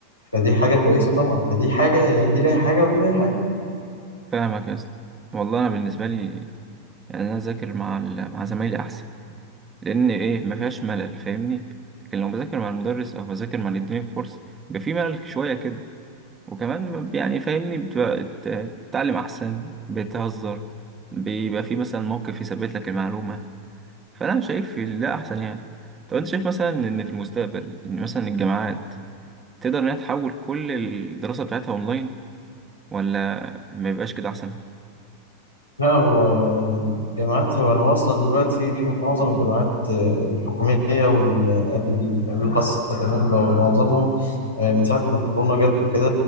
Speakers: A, on the left; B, on the right.
A: فدي حاجه كويسه طبعا فدي حاجه يعني دي ليها حاجه ودي ليها حاجه
B: فاهمك يا اسطى والله انا بالنسبه لي يعني انا اذاكر مع ال- مع زمايلي احسن لان ايه ما فيهاش ملل فاهمني لكن لو بذاكر مع المدرس او بذاكر مع اللي اداني الكورس بيبقى في ملل شويه كده وكمان ما- يعني فاهمني بتبقى ت- بتتعلم احسن بتهزر بيبقى في مثلا موقف يثبت لك المعلومه فانا شايف ده احسن يعني طب انت شايف مثلا ان في المستقبل ان مثلا الجامعات تقدر انها تحول كل الدراسه بتاعتها اونلاين ولا ما يبقاش كده احسن
A: لا هو الجامعات هو أنا واصلا دلوقتي معظم الجامعات آه، الحكومية وال- قبل قبل الخاصة كمان بقوا معظمهم آه، من ساعة ما الكورونا جت وكده